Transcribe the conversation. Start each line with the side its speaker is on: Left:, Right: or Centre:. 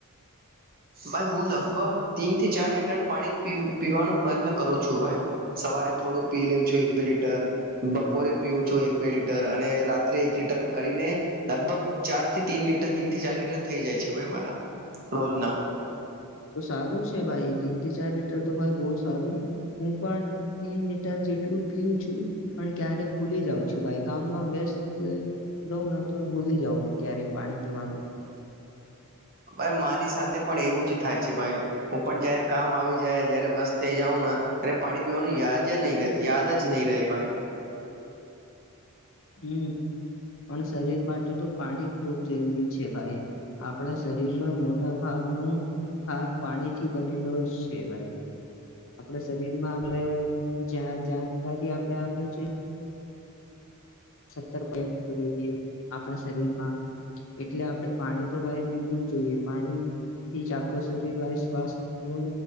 Right: ભાઈ હું લગભગ તીન થી ચાર લીટર પાણી પી પીવાનો પ્રયત્ન કરું છું ભાઈ સવા રે થોડું પી લું છું એક બે લીટર બપોરે પીવું છું એક બે લીટર અને રાત્રે એક લીટર કરીને લગભગ ચાર થી તીન લીટર તીન થી ચાર લીટર થઈ જાય છે ભાઈ મને રોજ ના
Left: તો સારું છે ભાઈ તીન થી ચાર લીટર તો ભાઈ બહુ સારું હું પણ તીન લીટર જેટલું પીવું છું પણ ક્યારેક ભૂલી જાઉં છું ભાઈ કામમાં વ્યસ્ત રહું ન તો ભૂલી જાવ ક્યારેક પાણી પીવાનું
Right: ભાઈ મારી સાથે પણ એવું જ થાય છે ભાઈ હું પણ જયારે કામ આવી જાય જયારે વ્યસ્ત થઇ જાઉં ને અરે પાણી પીવાનું યાજ નહી રે યાદ જ નહી રહે ભાઈ
Left: હમ્મ પણ શરીર માટે તો પાણી ખૂબ જરૂરી છે ભાઈ આપણા શરીરમાં મોટા ભાગનો ભાગ પાણીથી બનેલો છે ભાઈ આપણા શરીરમાં આપણેે જા જાણકારી આપણેે આપ્યો છે. સત્તર પ્રયોગ રહીએ આપણા શરીરમાં એટલે આપણેે પાણી તો ભાઈ પીવું જ જોઈએ પાણી થી જ આપણુ શરીર ભાઈ સ્વાસ્થ્યનુ